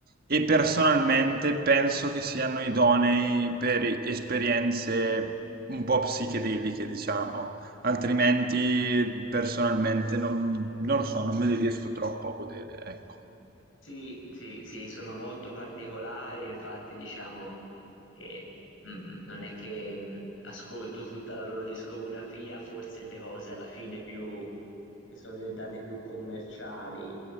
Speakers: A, on the right; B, on the left.
A: e personalmente penso che siano idonei per esperienze un po' psichedeliche, diciamo. Altrimenti, personalmente, non, non lo so, non me li riesco troppo a godere, ecco.
B: Sì, sì, sì, sono molto particolari, infatti diciamo che mm, non è che mm, ascolto tutta la loro discografia, forse le cose alla fine più, che sono diventate più commerciali